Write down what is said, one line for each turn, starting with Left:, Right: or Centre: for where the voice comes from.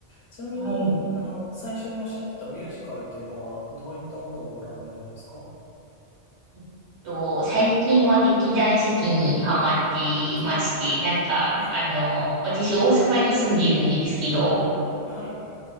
Left: ちなみに、
Right: はい。
Left: あの、最初におっしゃってたミュージカルっていうのは、どういったものをご覧になるんですか
Right: えっと、最近は劇団四季にハマっていまして、
Left: ああ、
Right: なんか、
Left: ええ、
Right: あの、
Left: え
Right: 私大阪に住んでいるんですけど、
Left: えはい。